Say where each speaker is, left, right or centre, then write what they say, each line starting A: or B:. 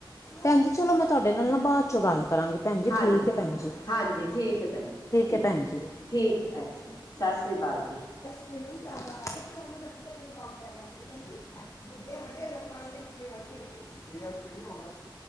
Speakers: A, on the left; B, on the left.
A: ਭੈਣ ਜੀ ਚਲੋ ਮੈਂ ਤੁਹਾਡੇ ਨਾਲ ਨਾ ਬਾਅਦ ਚੋਂ ਗੱਲ ਕਰਾਂਗੀ। ਭੈਣ ਜੀ
B: ਹਾਂਜੀ
A: ਠੀਕ ਹੈ ਭੈਣ ਜੀ
B: ਹਾਂਜੀ ਠੀਕ ਹੈ ਭੈਣ ਜੀ ਠੀਕ।
A: ਹੈ ਭੈਣ ਜੀ
B: ਠੀਕ ਹੈ ਅੱਛਾ ਜੀ ਸਤਿ ਸ਼੍ਰੀ ਅਕਾਲ ਜੀ।
A: ਮੈਨੂੰਦਾਨੂੰ ਦ ਪ ਵੱ ਵੱ। ਹੋਣਾ।